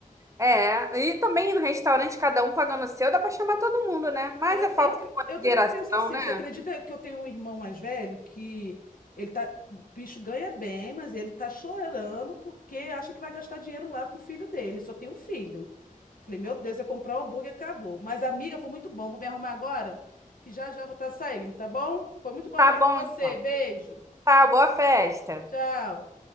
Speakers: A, on the right (about 20°); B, on the left (about 80°).
A: É, e também no restaurante cada um pagando o seu, dá pra chamar todo mundo, né?
B: É,
A: Mas é
B: eu,
A: falta
B: eu,
A: de consideração,
B: eu também penso assim.
A: né?
B: Você acredita que eu tenho um irmão mais velho que ele tá, o bicho ganha bem, mas ele tá chorando porque acha que vai gastar dinheiro lá com o filho dele. Só tem um filho. Falei, meu Deus, eu comprar um hambúrguer, acabou. Mas, amiga, foi muito bom. Vou me arrumar agora, que já já vou estar saindo, tá bom? Foi muito bom
A: Tá
B: falar
A: bom,
B: com você.
A: então.
B: Beijo.
A: Tá, boa festa.
B: Tchau.